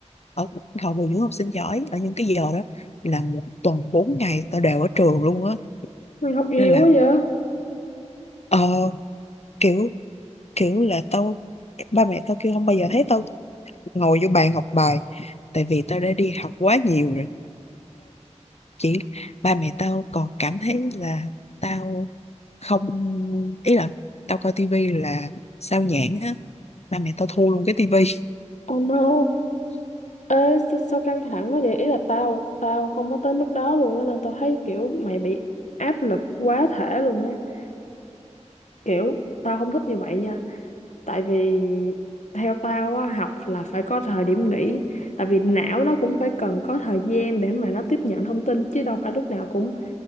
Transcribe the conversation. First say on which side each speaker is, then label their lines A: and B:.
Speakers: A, on the left; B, on the left.
A: ở Học bồi dưỡng học sinh giỏi Ở những cái giờ đó là một tuần 4 ngày tao đều ở trường luôn á
B: Mày học nhiều
A: Nên là
B: quá vậy?
A: ờ, kiểu kiểu là tao Ba mẹ tao kêu không bao giờ thấy tao ngồi vô bàn học bài Tại vì tao đã đi học quá nhiều rồi chỉ ba mẹ tao còn cảm thấy là tao không ý là tao coi tivi là sao nhãng á ba mẹ tao thu luôn cái tivi
B: Oh no. Ê, sao, sao căng thẳng quá vậy? Ý là tao tao không có tới mức đó luôn á nên tao thấy kiểu mày bị áp lực quá thể luôn á. Kiểu tao không thích như vậy nha. Tại vì theo tao á, học là phải có thời điểm nghỉ. Tại vì não nó cũng phải cần có thời gian để mà nó tiếp nhận thông tin chứ đâu phải lúc nào cũng